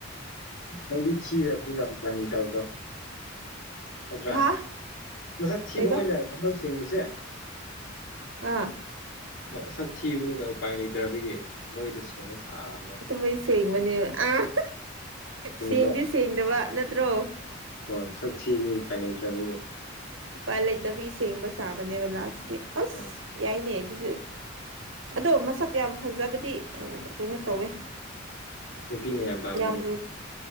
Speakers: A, on the left; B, on the right.
A: ꯑꯩꯗꯤ ꯊꯤꯔꯗꯤ ꯌꯥꯝ <unintelligible> ꯅꯠꯇ꯭ꯔꯥ
B: ꯍꯥ
A: ꯃꯁꯛ ꯊꯤꯕ
B: ꯀꯩꯕ
A: ꯍꯣꯏꯅ ꯊꯝꯃꯣꯏ ꯁꯦꯡꯕꯁꯦ
B: ꯑꯥ
A: ꯃꯣꯏꯁꯛ ꯊꯤꯕꯅꯤꯅ ꯎꯄꯥꯏ ꯂꯩꯇ꯭ꯔꯕꯤꯒꯤ ꯊꯃꯣꯏꯗ ꯁꯦꯡꯕ ꯁꯥꯔꯕꯅꯦꯕ
B: ꯊꯝꯃꯣꯏ ꯁꯦꯡꯕꯅꯦ ꯑꯥ
A: ꯆꯨꯝꯗ꯭ꯔꯣ
B: ꯁꯦꯡꯗꯤ ꯁꯦꯡꯗꯕ ꯅꯠꯇ꯭ꯔꯣ
A: ꯍꯣꯏ ꯁꯛ ꯊꯤꯕꯒꯤ ꯎꯄꯥꯏ ꯂꯩꯇ꯭ꯔꯥꯕꯒꯤ
B: ꯎꯄꯥꯏ ꯂꯩꯇꯕꯒꯤ ꯁꯦꯡꯕ ꯁꯥꯕꯅꯦꯕ ꯂꯥꯁꯀꯤ ꯑꯁ
A: ꯎꯝ
B: ꯌꯥꯏꯅꯦ ꯑꯗꯨꯁꯨ ꯑꯗꯣ ꯃꯁꯛ ꯌꯥꯝ ꯐꯖꯕꯗꯤ ꯎꯝ ꯀꯩꯅꯣ ꯇꯧꯋꯦ
A: ꯅꯨꯄꯤꯅ ꯄꯥꯝꯒꯅꯤ
B: ꯌꯥꯝ